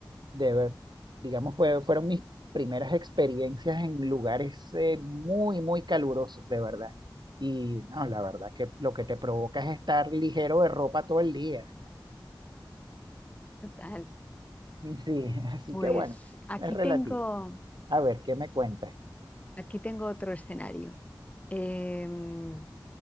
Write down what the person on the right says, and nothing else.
de ver, digamos, fue- fueron mis primeras experiencias en lugares eh, muy, muy calurosos, de verdad. Y no, la verdad que lo que te provoca es estar ligero de ropa todo el día.
Y Sí, <laughs> así
que bueno,
es relativo.
A ver, ¿qué me cuentas?